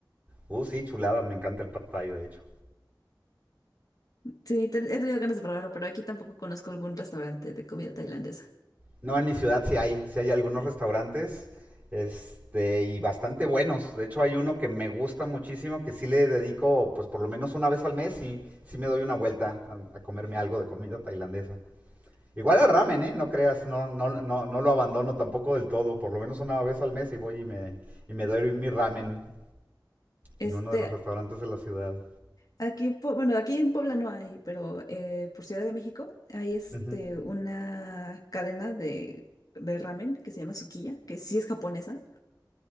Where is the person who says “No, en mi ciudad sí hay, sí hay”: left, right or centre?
Right